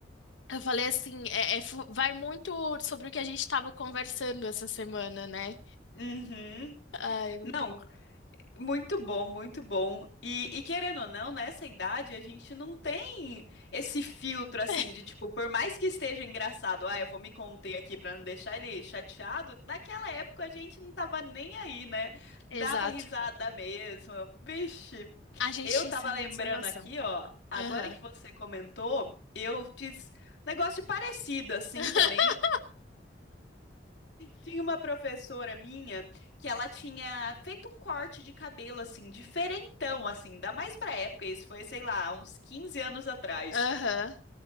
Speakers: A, on the left (about 85°); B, on the left (about 65°).
A: eu falei assim: é, é fu- Vai muito sobre o que a gente tava conversando essa semana, né?
B: Uhum.
A: Ai, muito
B: Não,
A: bom.
B: muito bom, muito bom. E, e querendo ou não, nessa idade a gente não tem esse filtro assim
A: <laughs>
B: de tipo, por mais que esteja engraçado, ah, eu vou me conter aqui pra não deixar ele chateado. Naquela época a gente não tava nem aí, né? Dava
A: Exato.
B: risada mesmo. Vixe.
A: A gente
B: Eu tava
A: isso é
B: lembrando
A: muito sem noção.
B: aqui, ó, agora
A: Aham.
B: que você comentou, eu fiz negócio parecido assim
A: <laughs>
B: também. Tinha uma professora minha que ela tinha feito um corte de cabelo assim, diferentão assim, ainda mais pra época, isso foi, sei lá, uns 15 anos atrás.
A: Aham.